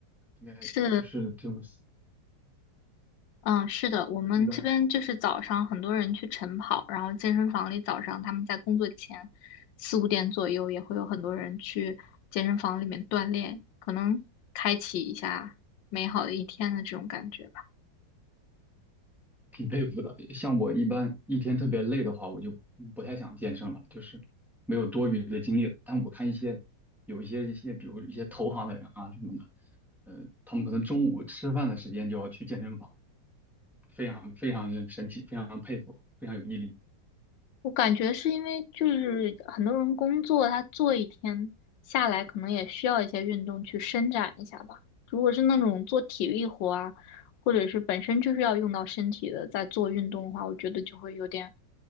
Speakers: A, in the centre; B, on the left.
A: 应该就是这种
B: 是，嗯，是的，我们这边就是早上很多人去晨跑，
A: 一般
B: 然后健身房里早上他们在工作前四五点左右也会有很多人去健身房里面锻炼，可能开启一下美好的一天的这种感觉吧。
A: 挺佩服的。像我一般一天特别累的话，我就不太想健身了，就是没有多余的精力。但我看一些有一些一些，比如一些投行的人啊什么的，呃，他们可能中午吃饭的时间就要去健身房，非常非常的神奇，非常佩服，非常有毅力。
B: 我感觉是因为就是很多人工作，他做一天下来可能也需要一些运动去伸展一下吧。如果是那种做体力活啊，或者是本身就是要用到身体的，在做运动的话，我觉得就会有点